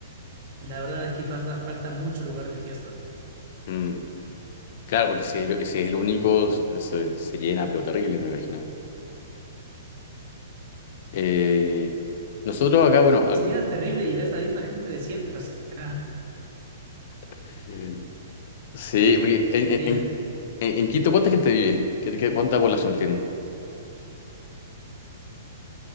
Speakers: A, on the right (about 50°); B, on the left (about 55°).
A: La verdad, aquí falta, falta mucho lugar de fiesta.
B: Mm, claro, porque si es, el si es el único, se, se llena, pero terrible, me imagino. Eh, nosotros acá, bueno,
A: Si era terrible y ves la misma gente de siempre, o sea,
B: ac- Sí, porque en,
A: <laughs> dime,
B: en- en- en Quito, ¿cuánta gente vive? ¿Qué, qué- cuánta población tienen?